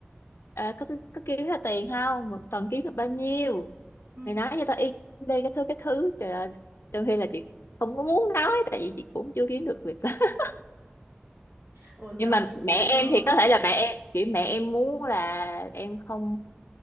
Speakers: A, on the left (about 80°); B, on the right (about 85°).
A: ờ, có có kiếm ra tiền không một tuần kiếm được bao
B: ừ
A: nhiêu
B: ừ
A: mày nói cho tao yên tâm đi cái thứ cái thứ trời ơi trong khi là chị không có muốn nói tại vì chị cũng chưa kiếm được việc làm <laughs>
B: ủa giờ
A: nhưng mà
B: kiếm được
A: mẹ
B: rồi
A: em thì có thể là mẹ em kiểu mẹ em muốn là em không